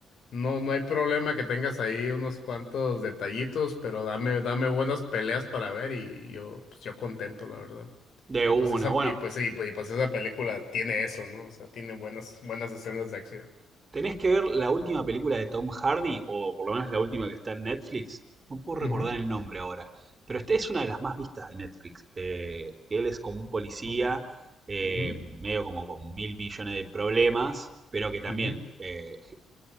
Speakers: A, on the left; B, on the right.
A: no, no hay problema que tengas ahí unos cuantos detallitos, pero dame, dame buenas peleas para ver y yo, pues yo contento, la verdad.
B: De
A: Y
B: una.
A: pues esa,
B: Bueno,
A: y pues sí, pues- y pues esa película tiene eso, ¿no? O sea, tiene buenas, buenas escenas de acción.
B: Tenés que ver la última película de Tom Hardy, o por lo menos la última que está en Netflix. No puedo recordar
A: Ujú.
B: el nombre ahora, pero esta es una de las más vistas de Netflix. eh, que él es como un policía,
A: Oh.
B: eh,
A: Ujú,
B: medio como con mil millones de problemas, pero que también
A: ujú,
B: eh,